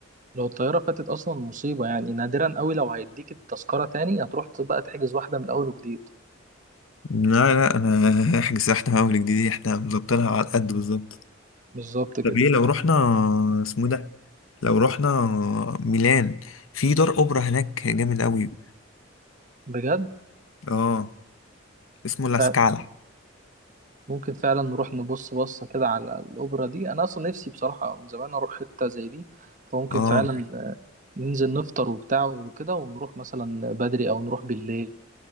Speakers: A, on the right (about 40°); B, on the left (about 85°).
A: لو الطيارة فاتت أصلا مصيبة يعني نادرا قوي لو هيديك التذكرة تاني هتروح بقى تحجز واحدة من أول وجديد
B: لا لا انا <laughs> احجز احنا من اول جديد احنا مظبطينها على قد بالظبط
A: بالظبط كده
B: طب ايه لو رحنا اسمه إيه ده لو رحنا ميلان في دار اوبرا هناك جامد قوي
A: بجد
B: اه اسمه لاسكالا
A: ف- ممكن فعلا نروح نبص بصة كده على الأوبرا دي أنا أصلا نفسي بصراحة من زمان أروح حتة زي دي فممكن
B: اه
A: فعلا آه، ننزل نفطر وبتاع وكده ونروح مثلا بدري أو نروح بالليل